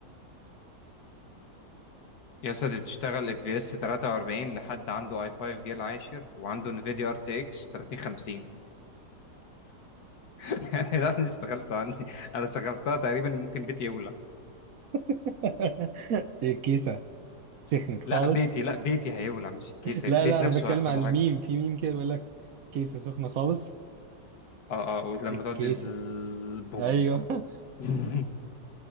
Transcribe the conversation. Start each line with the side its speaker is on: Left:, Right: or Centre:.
Left: يا اسطى دي بتشتغل اف في اس 43 لحد عنده اي 5 جيل عاشر وعنده انفيديا ار تي اكس 3050 <laughs> لا انا اشتغلت عني انا شغلتها تقريبا ممكن بيتي يولع
Right: <laughs> الكيسة سخنت خالص
Left: لا بيتي لا بيتي هيولع مش الكيسه
Right: لا
Left: البيت
Right: لا انا
Left: نفسه
Right: بتكلم
Left: هيحصل
Right: على
Left: له حاجه
Right: الميم في ميم كده بيقول لك كيسة سخنة خالص
Left: اه اه ولما
Right: إيه الكيسة
Left: تقعد ازز بوم
Right: ايوه
Left: <laughs>